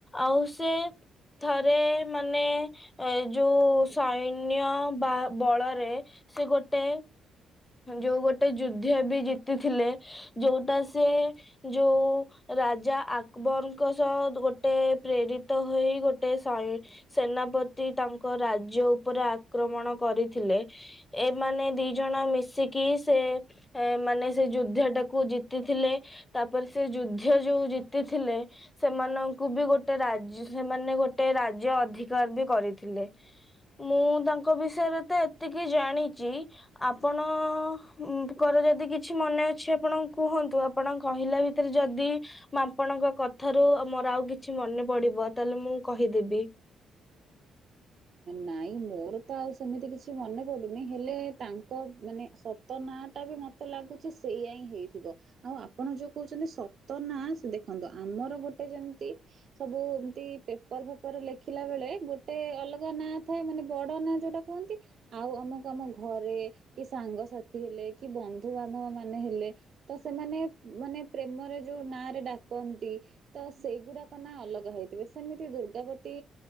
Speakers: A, on the left; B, on the right.
A: ଆଉ ସେ ଥରେ ମାନେ ଏ ଯୋଉ ସୈନ୍ୟ ବା ବଳରେ ସେ ଗୋଟେ ଯୋଉ ଗୋଟେ ଯୁଦ୍ଧ ବି ଜିତିଥିଲେ ଯୋଉଟା ସେ ଯୋଉ ରାଜା ଆକବରଙ୍କ ସହ ଗୋଟେ ପ୍ରେରିତ ହୋଇ ଗୋଟେ ସ ସେନାପତି ତାଙ୍କ ରାଜ୍ୟ ଉପରେ ଆକ୍ରମଣ କରିଥିଲେ ଏ ମାନେ ଦି ଜଣ ମିଶିକି ସେ ମାନେ ସେ ଯୁଦ୍ଧଟାକୁ ଜିତିଥିଲେ। ତାପରେ ସେ ଯୁଦ୍ଧ ଯୋଉ ଜିତିଥିଲେ ସେମାନଙ୍କୁ ବି ଗୋଟେ ରାଜ ସେମାନେ ଗୋଟେ ରାଜ୍ୟ ଅଧିକାର ବି କରିଥିଲେ। ମୁଁ ତାଙ୍କ ବିଷୟରେ ତ ଏତିକି ଜାଣିଛି ଆପଣଙ୍କର ଯଦି କିଛି ମନେ ଅଛି ଆପଣ କୁହନ୍ତୁଆପ ଆପଣ କହିଲା ଭିତରେ ଯଦି ମୁଁ ଆପଣଙ୍କ କଥାରୁ ମୋର ଆଉ କିଛି ମନେ ପଡିବ ତାହେଲେ ମୁଁ କହିଦେବି।
B: ନାଇଁ ମୋର ତ ଆଉ ସେମିତି କିଛି ମନେ ପଡୁନି ହେଲେ ତାଙ୍କ ମାନେ ସ ତ ନାଁଟା ବି ମୋତେ ଲାଗୁଛି ସେଇୟା ହିଁ ହେଇଥିବ। ଆଉ ଆପଣ ଯୋଉ କହୁଛନ୍ତି ସତନା ଦେଖନ୍ତୁ ଆମର ଗୋଟେ ଯେମିତି ସବୁ ଏମତି ପେପର ଫେପର ଲେଖିଲା ବେଳେ ଗୋଟେ ଅଲ ନାଁ ଥାଏ ମାନେ ବଡ ନାଁ ଯୋଉଟା କୁହନ୍ତି। ଆଉ ଆମକୁ ଆମ ଘରେ କି ସାଙ୍ଗସାଥି ହେଲେ କି ବନ୍ଧୁବାନ୍ଧବ ମାନେ ହେଲେ ତ ସେମାନେ ମାନେ ପ୍ରେମରେ ଯୋଉ ନାଁରେ ଡାକନ୍ତି ତ ସେଇଗୁଡାକ ନାଁ ଅଲଗା ହେଇଥିବେ ସେମିତି ଦୁର୍ଗାପତି